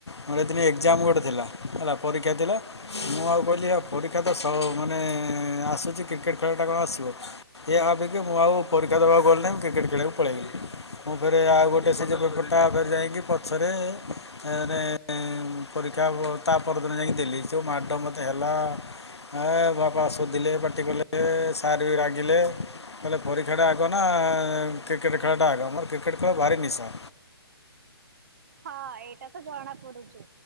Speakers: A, on the left; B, on the right.
A: ମୋର ଦିନ ଏକ୍ଜାମ ଗୋଟେ ଥିଲା ହେଲା ପରୀକ୍ଷା ଥିଲା ମୁଁ ଆଉ କହିଲି ପରୀକ୍ଷା ତ ସ ମାନେ ଆସୁଛି କ୍ରିକେଟ୍ ଖେଳଟା କଣ ଆସିବ ଏହା ଭାବିକି ମୁଁ ଆଉ ପରୀକ୍ଷା ଦେବାକୁ ଗଲି ନାହିଁ ମୁଁ କ୍ରିକେଟ୍ ଖେଳକୁ ପଳେଇଲି ମୁଁ ଫେରେ ଆଉ ଗୋଟେ ସିଜ ପେପରଟା ଫରେ ଯାଇକି ପଛରେ ମାନେ ପରୀକ୍ଷା ତା ପରଦିନ ଯାଇକି ଦେଲି ଯେଉ ମାଡ଼ ମୋତେ ହେଲା ହ ବାପା ଶୁଧିଲେ ପାଟି କଲେ ସାର୍ ବି ରାଗିଲେ କଲେ ପରୀକ୍ଷାଟା ଆଗ ନା କ୍ରିକେଟ ଖେଳଟା ଆଗ ଆମର କ୍ରିକେଟ ଖେଳ ଭାରି ନିଶା
B: ହଁ ଏଇଟା ତ ଜଣା ପଡୁଛି